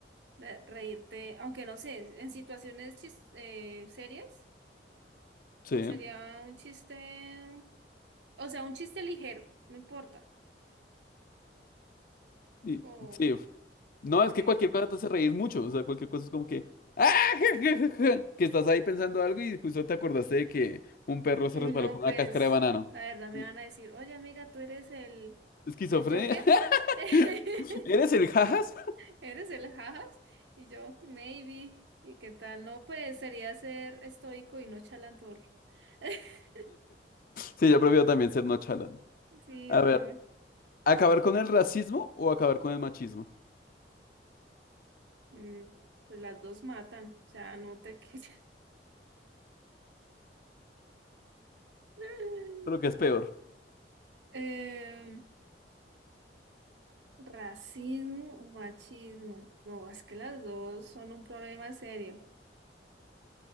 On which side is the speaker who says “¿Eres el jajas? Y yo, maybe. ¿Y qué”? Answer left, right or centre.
Right